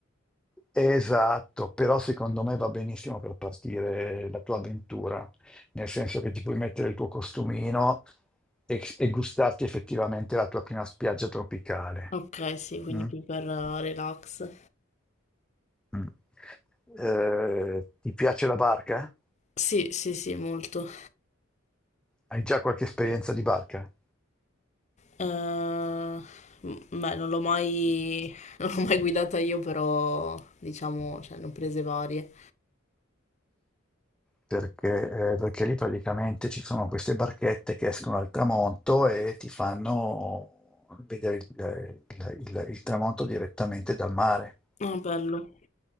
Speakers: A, in the centre; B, on the left.
A: Esatto, però secondo me va benissimo per partire la tua avventura, nel senso che ti puoi mettere il tuo costumino e, e gustarti effettivamente la tua prima spiaggia tropicale.
B: Ok, sì, quindi
A: Mm?
B: più per eh, relax.
A: Mm. Eh, ti piace la barca?
B: Sì, sì, sì, molto.
A: Hai già qualche esperienza di barca?
B: Eh, m- beh, non l'ho mai, <laughs> non l'ho mai guidata io, però, diciamo, cioè, ne ho prese varie.
A: perché, eh, perché lì praticamente ci sono queste barchette che escono al tramonto e ti fanno vedere il, il- il- il tramonto direttamente dal mare.
B: Ah, bello.